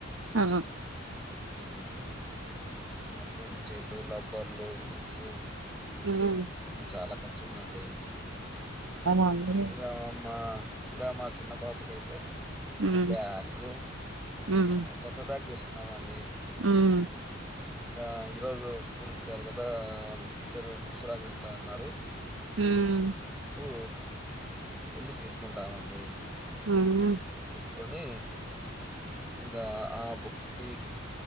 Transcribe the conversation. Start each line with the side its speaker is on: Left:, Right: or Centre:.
Right: అవును
Centre: ఉమ్ ఊ ఆ పెన్సిల్లు, లబ్బర్లు, బుక్సు,
Right: ఉమ్
Centre: ఇన్నీ చాలా క చ్చు ఉందండి
Right: అవునండి
Centre: ఇంకా మా ఇంకా మా చిన్న పాపకైతే ఇంగ
Right: ఉమ్
Centre: బ్యాగు
Right: ఉమ్
Centre: కొత్త బ్యాగ్ తీసుకున్నామ్ అం
Right: ఉమ్
Centre: ఇంగ ఈ రోజు స్కూల్ కెళ్ళారు కదా, వాళ్ళు టీచరు బుక్స్ రాసిస్తా అన్నారు
Right: ఉమ్
Centre: ఊ ఎళ్ళి తీసుకుంటామండి
Right: ఊఉ
Centre: కొని ఇంగా ఆ బుక్స్ కి